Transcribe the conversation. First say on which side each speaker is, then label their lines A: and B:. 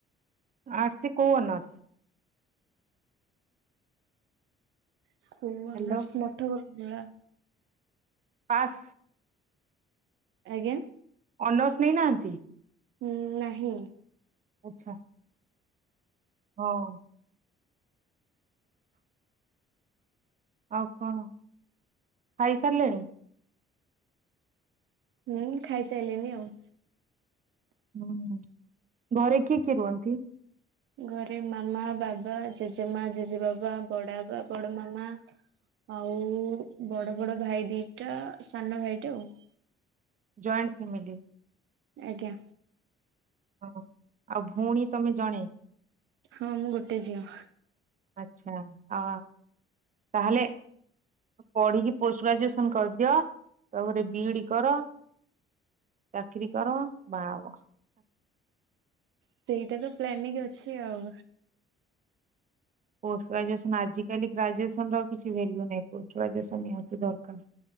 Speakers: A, on the right; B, on the right.
A: ଆର୍ଟସରେ କୋଉ ଅନର୍ସ?
B: କୋଉ ଅନର୍ସ
A: ହ୍ୟାଲୋ
B: ମଠକରଗଳା।
A: ପାସ୍
B: ଆଜ୍ଞା।
A: ଅନର୍ସ ନେଇନାହାଁନ୍ତି?
B: ହୁଁ ନାହିଁ।
A: ଆଚ୍ଛା। ହୋଉ। ଆଉ କଣ ଖାଇ ସାରିଲେଣି?
B: ହୁଁ ଖାଇ ସାରିଲଣିି ଆଉ।
A: ଓହୋଃ ଘରେ କିଏ କିଏ ରୁହନ୍ତି?
B: ଘରେ ମାମା ବାବା ଜେଜେମା ଜେଜେ ବାବା ବଡ ବାବା ବଡ ମାମା ଆଉ ବଡ ବଡ ଭାଇ ଦିଟା ସାନ ଭାଇଟା ଆଉ।
A: Joint family.
B: ଆଜ୍ଞା।
A: ହ ଆଉ ଭଉଣୀ ତମେ ଜଣେ?
B: ହଁ ମୁଁ ଗୋଟେ ଝିଅ।
A: ଆଚ୍ଛା ହ ତାହଲେ ପଢିକି ପୋଷ୍ଟ ଗ୍ରାଜୁଏସନ କରିଦିଅ ତାପରେ ବି ଡି କର। ଚାକିରୀ କର ବାଆ ହୁଅ।
B: ସେଇଟା ତ ପ୍ଲାନିଙ୍ଗ ଅଛି ଆଉ।
A: ପୋଷ୍ଟ ଗ୍ରାଜୁଏସନ୍ ଆଜିକାଲି ଗ୍ରାଜୁଏସନ ର କିଛି ଭାଲ୍ୟୁ ନାହିଁ ପୋଷ୍ଟ ଗ୍ରାଜୁଏସନ୍ ନିହାତି ଦରକାର।